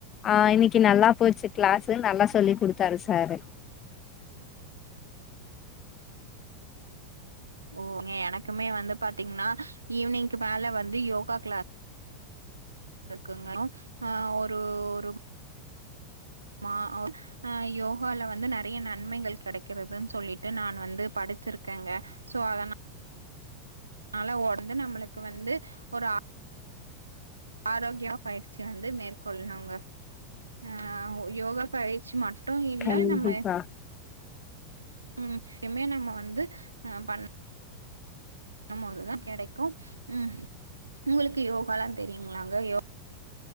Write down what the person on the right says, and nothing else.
ஓ ங எனக்குமே வந்து பாத்தீங்னா ஈவ்னிங்கு மேல வந்து யோகா க்ளா இர்க்குங்க அ ஒரு ஒரு மா ஒ யோகால வந்து நறைய நன்மைகள் கெடைக்கிறதுன் சொல்லிட்டு நான் வந்து படிச்சிருக்கேங்க சோ அதனா அல ஒட்ந்து நம்மளுக்கு வந்து ஒரு ஆ ஆரோக்கியாவ் பயிற்சி வந்து மேற்கொள்ணுங்க அ உ யோகா பயிற்சி மட் டு இல்ல
நம்மய ம் எம்மே நம்ம வந்து அ பண் ணம்மோதுதா கெடைக்கு ம் உங்களுக்கு யோகாலா தெரியுங்ளாங்க யோ